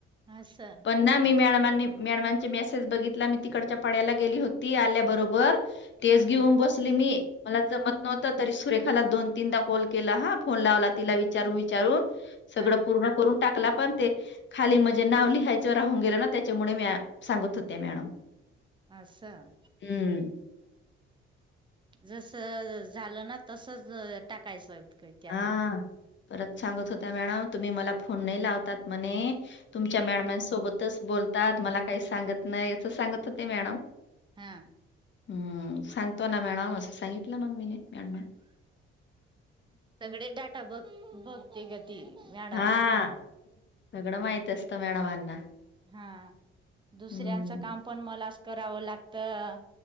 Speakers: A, on the right (about 15°); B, on the left (about 40°).
A: असं
B: पण मी मॅडमांचे मेसेज बघितला मी तिकडच्या पाड्याला गेली होती आल्याबरोबर तेच
A: हम्म
B: घेऊन बसले मी मला जमत नव्हत तरी सुरेखाला दोन तीनदा कॉल केला हा फोन लावला तिला विचारून विचारून सगळं
A: हा
B: पूर्ण करून टाकला पण ते खाली म्हणजे नाव लिहायचे राहून गेला ना त्याच्यामुळे मी सांगत तत मॅडम
A: असं
B: हम्म
A: जस झालं ना तसच टाकायचं त्याच्यात
B: हा परत सांगत होत्या मॅडम तुम्ही मला फोन नाही लावतात म्हणे तुमच्या
A: हा
B: मॅडमांसोबतच बोलतात मला काही सांगत नाही असं सांगत हो ते मॅडम
A: हा
B: हम्म, सांगतो ना मॅडम असं सांगितलं ना मी मॅडमना.
A: सगळे डाटा बघ बघते ग ती मॅडम.
B: हा सगळं माहित असतं मॅडमांना.
A: हा,, दुसऱ्यांचं
B: हम्म.
A: काम पण मलाच करावं लागतं.